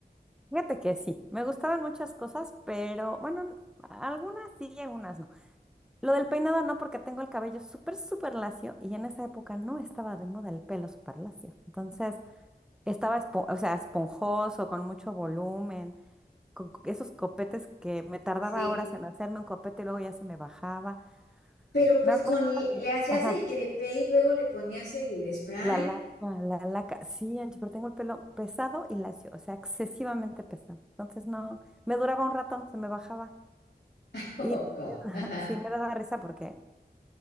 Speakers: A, in the centre; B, on the left.
A: Fíjate que sí, me gustaban muchas cosas, pero bueno, n- algunas sí y algunas no. Lo del peinado no, porque tengo el cabello súper, súper lacio y en esa época no estaba de moda el pelo súper lacio. Entonces estaba, espo- o sea, esponjoso, con mucho volumen, con co- esos copetes que me tardaba
B: Sí.
A: horas en hacerme un copete y luego ya se me bajaba.
B: Pero pues
A: Me acuerdo
B: con, le
A: que,
B: hacías
A: ajá,
B: el crepé y luego le ponías el spray.
A: la laca, la laca, sí, Angie, pero tengo el pelo pesado y lacio, o sea, excesivamente pesado. Entonces no, me duraba un rato, se me bajaba.
B: <laughs>
A: Y
B: Poco.
A: me da-
B: Ajá.
A: <laughs> sí me daba risa porque,